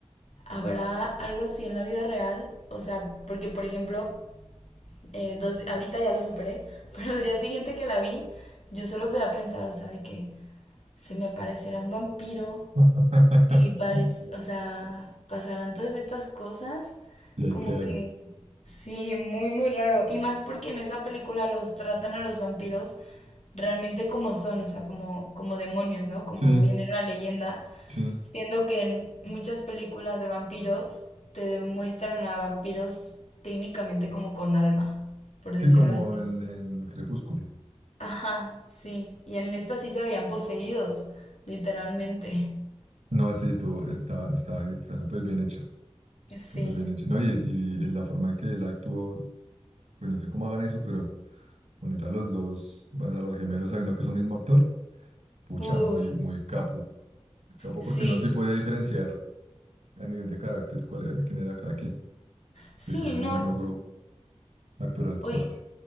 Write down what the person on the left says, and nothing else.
habrá algo así en la vida real, o sea, porque por ejemplo, eh, dos, ahorita ya lo superé, <laughs> pero el día siguiente que la vi, yo solo me da a pensar, o sea, de que se me aparecerá un vampiro
y parece, o sea, pasarán todas estas cosas,
como
que sí, muy, muy raro. Y más porque en esa película los tratan a los vampiros realmente como son, o sea, como, como demonios, ¿no? Como
viene la leyenda.
Siendo que en muchas películas de vampiros te demuestran a vampiros técnicamente como con alma, por
decirlo
así.
Ajá, sí. Y en esta sí se veían poseídos, literalmente.
Sí.
Uy,
sí.
Sí,
no,
o,